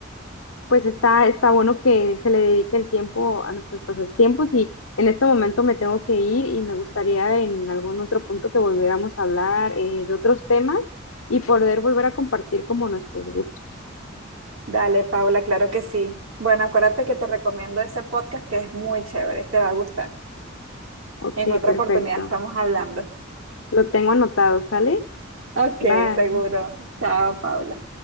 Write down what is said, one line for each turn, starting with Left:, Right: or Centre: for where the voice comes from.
Left: pues está, está bueno que se le dedique el tiempo a nuestros pasatiempos y en este momento me tengo que ir y me gustaría en algún otro punto que volviéramos a hablar eh, de otros temas y poder volver a compartir como nuestros gustos.
Right: Dale, Paula, claro que sí. Bueno, acuérdate que te recomiendo ese podcast que es muy chévere, te va a gustar.
Left: Ok,
Right: En otra
Left: perfecto.
Right: oportunidad estamos hablando.
Left: Lo tengo anotado, ¿sale?
Right: Ok,
Left: Bye.
Right: seguro. Chao, Paula.